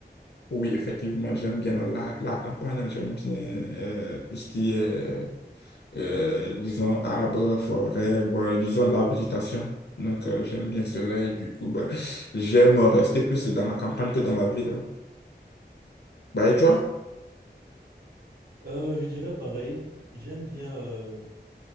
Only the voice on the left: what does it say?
Oui, effectivement, j'aime bien la, la campagne, j'aime bien euh, tout ce qui est, euh, disons, arbres, forêts, bon, disons, la végétation. Donc, euh, j'aime bien cela et du coup, bah, j'aime rester plus dans la campagne que dans la ville. Bah, et toi?